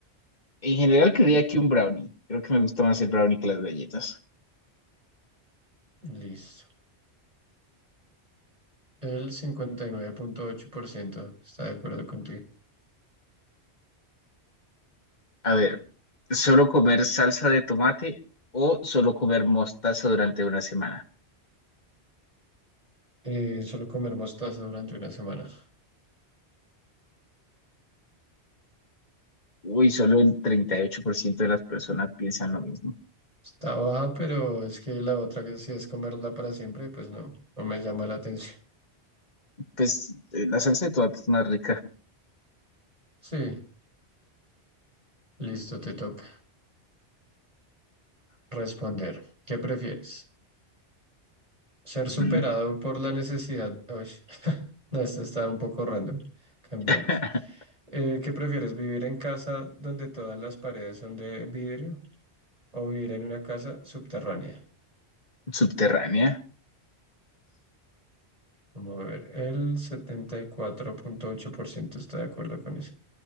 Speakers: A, on the left; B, on the right.
A: en general creía que un brownie. Creo que me gusta más el brownie que las galletas.
B: Listo. El cincuenta y nueve punto ocho por ciento está de acuerdo contigo.
A: A ver, ¿solo comer salsa de tomate o solo comer mostaza durante una semana?
B: Eh, solo comer mostaza durante una semana.
A: Uy, solo el 38% de las personas piensan lo mismo.
B: Está baja, pero es que la otra que si es comerla para siempre, pues no, no me llama la atención. <laughs>
A: Pues eh, la salsa de tomate es más rica.
B: Sí, listo, te toca responder. ¿Qué prefieres? ¿Ser
A: Ujú.
B: superado por la necesidad? Uy, <laughs> no, esta está un poco random. Cambiemos.
A: <laughs>
B: Eh, ¿qué prefieres? ¿Vivir en casa donde todas las paredes son de vidrio o vivir en una casa subterránea?
A: Subterránea.
B: Vamos a ver, el 74.8% está de acuerdo con eso.